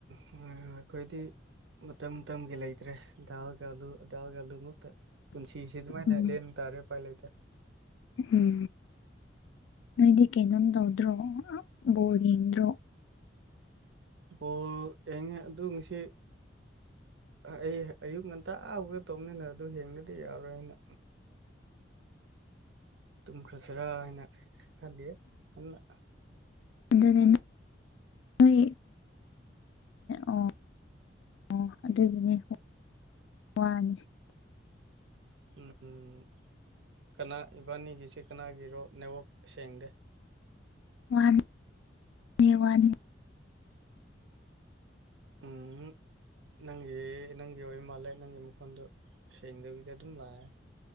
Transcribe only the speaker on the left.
ꯎꯝ
ꯎꯝ ꯅꯣꯏꯗꯤ ꯀꯩꯅꯣꯝ ꯇꯧꯗ꯭ꯔꯣ ꯕꯣꯜ ꯌꯦꯡꯗ꯭ꯔꯣ
ꯑꯗꯨꯅꯦ ꯅꯣꯏ ꯑꯣ ꯑꯣ ꯑꯗꯨꯒꯤꯅꯦ ꯋꯥꯅꯤ
ꯋꯥꯟ ꯅꯦꯋꯥꯟ